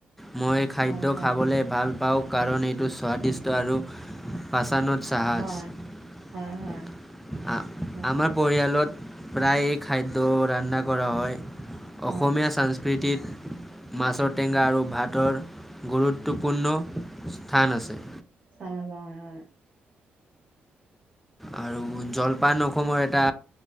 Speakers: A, in the centre; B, on the right.
A: মই খাদ্য
B: হয়, হয়,
A: খাবলৈ ভাল পাওঁ কাৰণ এইটো স্বাদিষ্ট আৰু পাচানত চাহাজ
B: হয়।
A: আ
B: হয়, হয়, অ',
A: আমাৰ পৰিয়ালত প্ৰায়ে খাদ্য ৰান্ধা কৰা হয়। অসমীয়া
B: হয়,
A: সংস্কৃতিত মাছৰ টেঙা আৰু ভাতৰ গুৰুত্বপূৰ্ণ স্থান আছে।
B: <unintelligible>
A: আৰু জলপান অসমৰ এটা,